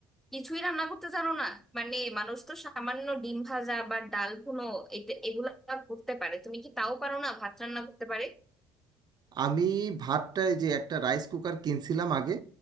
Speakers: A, in the centre; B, on the right.
A: কিছুই রান্না করতে জানো না মানে মানুষ তো সামান্য ডিম ভাজা বা ডাল ভুনো এটা- এগুলা করতে পারে তুমি কি তাও পারো না ভাত রান্না করতে পারে
B: আমি ভাতটায় যে একটা রাইস কুকার কিনছিলাম আগে